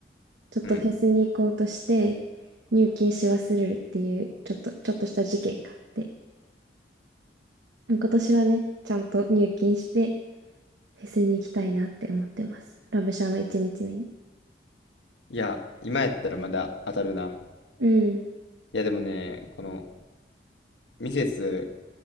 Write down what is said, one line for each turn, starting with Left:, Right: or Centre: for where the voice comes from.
Right: ちょっとフェスに行こうとして、
Left: うん。
Right: 入金し忘れるっていう、ちょっと、ちょっとした事件があって。今年はね、ちゃんと入金して、フェスに行きたいなって思ってます。ラブシャの一日目に。
Left: いや、今やったらまだ当たるな。
Right: うん。
Left: いや、でもね、この、ミセス